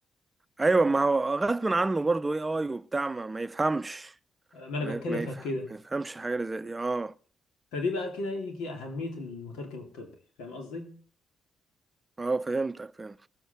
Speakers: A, on the right; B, on the left.
A: ايوه ما هو غصب عنه برضه اي اي وبتاع ما, ما يفهمش
B: ما انا
A: ما,
B: بتكلم
A: ما,
B: في
A: يفهم
B: كده
A: ما يفهمش حاجه زي دي اه
B: فدي بقى كده يجي اهمية المترجم الطبي فاهم قصدي
A: اه فهمتك فهمت